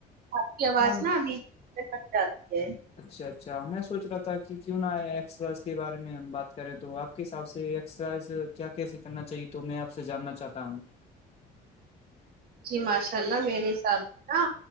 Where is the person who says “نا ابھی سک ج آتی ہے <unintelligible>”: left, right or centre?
Right